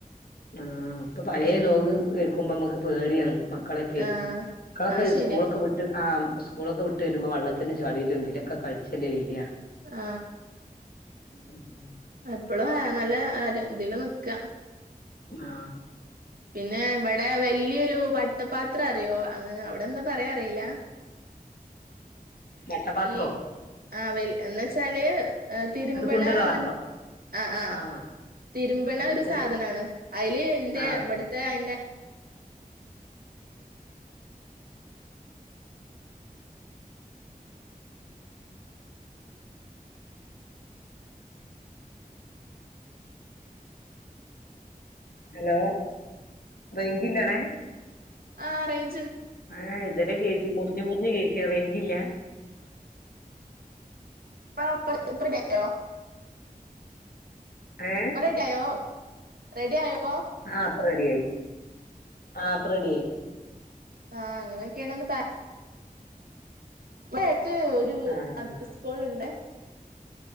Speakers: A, on the left; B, on the right.
A: ആ ഇപ്പൊ പഴയെ
B: ഉം
A: രോഗം കേക്കുമ്പോ നമ്മക്ക് പേടിയാണ് കളക്കെ
B: ആഹ്
A: മക്കളോക്കെ
B: അത് ശരിയാ
A: സ്കൂളൊക്കെ വിട്ട് ആ സ്കൂളൊക്കെ വിട്ട് വരുമ്പോ വള്ളത്തിലും ചളിയിലും ഇതിലൊക്കെ കഴിച്ചല്ലേ വര്യ
B: ആ
A: <inaudible>
B: എപ്പളും അ നല്ല ആ ഇതില് നിക്ക
A: ആ
B: പിന്നെ ഇവിടെ വലിയൊരു വട്ടപാത്ര അറിയോ അങ്ങനെ അവിടെന്താ പറയാ അറിയില്ല
A: വട്ടപാത്രോ
B: ഈ ആ വല് എന്നെച്ചാല് തിരുമ്പണെ
A: ഒരു കുണ്ടുള്ള
B: അങ്ങ
A: പാത്രം
B: ആ ആഹ
A: ആഹ്
B: തിരുമ്പണോരു
A: എന്നിട്ട്
B: സാധനാണ് അതില്ന്റെ
A: ആഹ്
B: ഇവിടുത്തെ അതിന്റെ <inaudible>
A: ഹലോ റെയ്ഞ്ജ്ല്ലാണേ
B: ആ റെയ്
A: ആഹ് ഇതരെ കേട്ട് മുറിഞ് മുറിഞ് കേക്ക റേഞ്ചില്ല
B: പ്പ <inaudible> റെഡിയായോ
A: ഏഹ്
B: ഇപ്പോ റെഡി ആയോ റെഡി ആയോപ്പൊ
A: ആഹ് ഇപ്പ റെഡിയായി ആ ഇപ്പ റെഡി ആയി
B: ആ അങ്ങനെക്കെയാണ് ഇവിടെ ഒരു
A: ആഹ്
B: അടുത്ത് സ്കൂളുണ്ട്